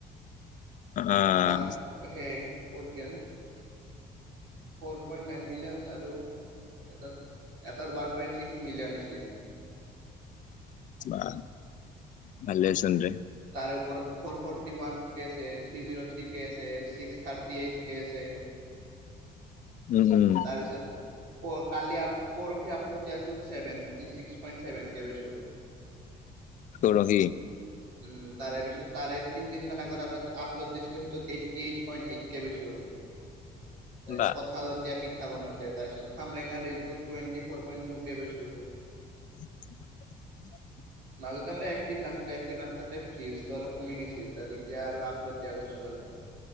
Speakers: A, on the left; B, on the right.
A: অ'
B: ওৱান হে ক'ত গেল। ফ'ৰ পইণ্ট নাইন মলিয়নছ আৰু এটাত এটাত ওৱান পইণ্ট ছিক্স মিলিয়ন আছে।
A: বা ভালে চোন দে।
B: তাৰ ওপৰত ফ'ৰ ফৰটি ওৱান কে আছে থ্ৰী জিৰ' থ্ৰী কে আছে ছিক্স থাৰ্টি এইত কে আছে।
A: উ উম!
B: তাৰপিছত কালি পৰহি আপলোড দিয়াটোত seventy six point seven K পাইছো।
A: ত ৰহি
B: উম তাৰে পিছত তাৰে তিনদিন মান আগত আৰু এটা আপলোড দিছিলো সেইটো এইটি এইট পইন্ট এইট কে পাইছো ত
A: বা
B: কঁঠালত দিয়া পিঠা বনাতে তাৰপিছত আমটেঙা ৰিল টোৱেন্তি ফৰ পইন্ট টো কে পাইছো।
A: <inaudible>
B: মাজতে মানে এক্তিফ নাছিলো। অলপ কমি গৈছিল এতিয়া আপলোড দিয়া <unintelligible> পিছত